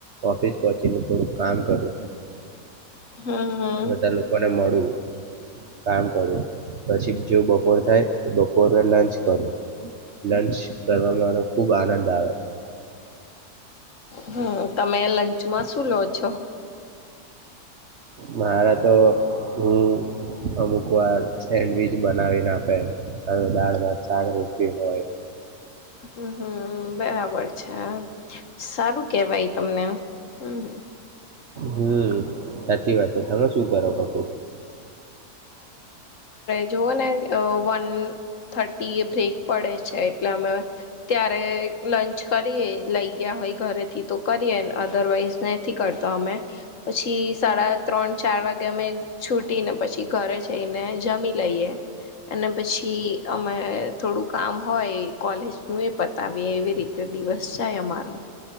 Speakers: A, on the right (about 50°); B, on the left (about 55°).
A: ઓફિસ પહોચીને થોડુંક કામ કરું
B: હમ હમ
A: બધા લોકોને મળું કામ કરું પછી જો બપોર થાય એ બપોરે લંચ કરું. લંચ કરવામાં મનો ખુબ આનંદ આવે
B: હમ્મ તમે લંચમાં શું લો છો?
A: મારા તો હું અમુક વાર સેન્ડવીચ બનાવીને આપે દાળ ભાત છાડ રોટીલી હોય.
B: હમ્મ હમ્મ, બરાબર છે સારું કેવાય તમને હમ્મ
A: હમ્મ સાચી વાત છે તમે શું કરો પપું
B: જોુઓ ને વન થર્ટી એ બ્રેક પડે છે એટલે અમે ત્યારે લંચ કરીએ લઈ ગયા હો ઘરેથી તો કરીએ અદરવાઈઝ નથી કરતો અમે પછી સાડા ત્રણ ચાર ચાર વાગે અમે છૂટી ને પછી ઘરે જઈને જમી લઈએ અને પછી અમે થોડું કામ હોય કોલેજ નું એ પતાવી એવી રીતે દિવસ છાય અમારો